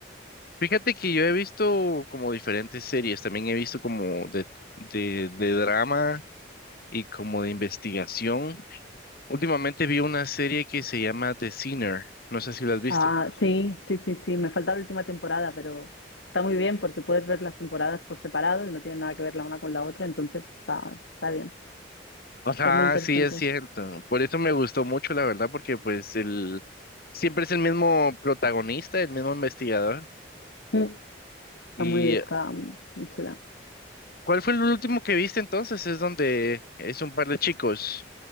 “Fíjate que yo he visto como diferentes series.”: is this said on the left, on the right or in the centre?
Left